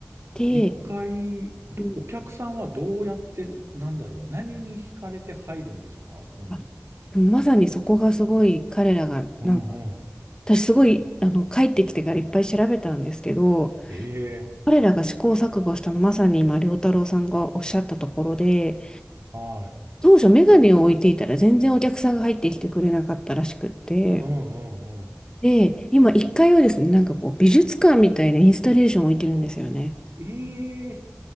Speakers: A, on the left (about 15°); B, on the right (about 65°).
A: で、
B: 一回、どお客さんはどうやって、
A: うん
B: なんだろう、何に惹かれて入るんですかあそこに。
A: あでもまさにそこがすごい彼らが、
B: うんうん。
A: なんか、私すごい、あの、帰ってきてからいっぱい調べたんですけど、
B: ええ
A: 彼らが試行錯誤したのまさに今、良太郎さんがおっしゃったところで、
B: はい。
A: 当初メガネを置いていたら全然お客さんが入ってきてくれなかったらしくって、
B: うんうんうん。
A: で、今1階はですね、なんかこう美術館みたいなインスタレーションを置いてるんですよね。
B: ええ